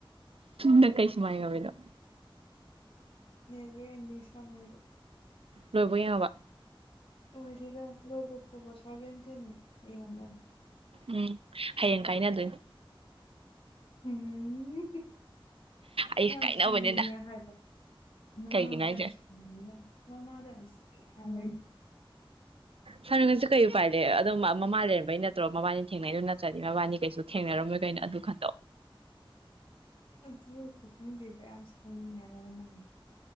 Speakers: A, on the right (about 85°); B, on the left (about 70°).
A: ꯅ ꯀꯩ ꯃꯥꯏꯒꯕꯤꯗ
B: ꯅꯦꯕ ꯑꯦꯟꯗꯤ ꯁꯔꯣ
A: ꯂꯣꯏꯕ ꯌꯥꯕ
B: ꯑꯣꯏꯔꯔ ꯂꯣꯏ ꯀꯁ ꯁꯚꯦꯟꯇꯤꯟ ꯌꯦꯡꯉꯝꯕꯅꯤ
A: ꯎꯝ ꯍꯌꯦꯡ ꯀꯥꯏꯅꯗꯣꯏꯅꯤ
B: ꯎꯝ
A: ꯑꯩ
B: ꯌꯥꯝ
A: ꯀꯥꯏꯅꯕꯅꯤꯅ
B: ꯁꯥꯎꯅꯤꯡꯉꯦ ꯍꯥꯏꯕ ꯃꯃꯥꯗ
A: ꯀꯩꯒꯤꯅꯣ ꯍꯥꯏꯁꯦ
B: ꯌꯥꯝ ꯁꯥꯎꯅꯤꯡꯉꯦ ꯃꯃꯥꯗ ꯌꯥꯝ ꯍꯥꯟꯋꯥ
A: ꯁꯥꯟꯨ ꯀꯁꯤ ꯀꯩ ꯄꯥꯏ ꯂꯩꯦ ꯑꯗꯨꯝ ꯃꯃꯥ ꯂꯩꯔꯝꯕꯩ ꯅꯠꯇ꯭ꯔꯣ ꯃꯕꯥꯅꯤ ꯊꯦꯡꯅꯩꯗꯨꯣ ꯅꯠꯇ꯭ꯔꯗꯤ ꯃꯕꯥꯅꯤ ꯀꯩꯁꯨ ꯊꯦꯡꯅꯔꯝꯃꯣꯏ ꯀꯩꯅꯣ ꯑꯗꯨ ꯈꯟꯗꯣꯛ
B: ꯑꯗꯨꯁꯨ ꯈꯪꯗꯦꯕꯌꯥꯝꯁꯨꯃꯤ ꯍꯥꯏꯥꯡ <inaudible>